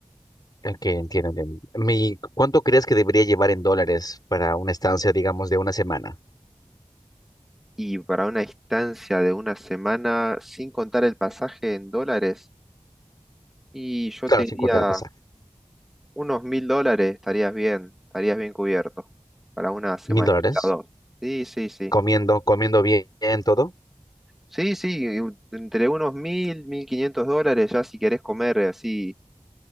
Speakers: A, on the left; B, in the centre.
A: Eh, Que entiendo, entiendo. Mi, ¿cuánto crees que debería llevar en dólares para una estancia, digamos, de una semana?
B: Y para una distancia de una semana, sin contar el pasaje en dólares, y yo
A: Claro,
B: te diría
A: sin contar el pasaje.
B: Unos mil dólares estarías bien, estarías bien cubierto para una semanita
A: ¿Mil dólares?
B: o dos. Sí, sí, sí.
A: ¿Comiendo, comiendo bien, todo?
B: Sí, sí, y un- entre unos mil, mil quinientos dólares, ya si querés comer así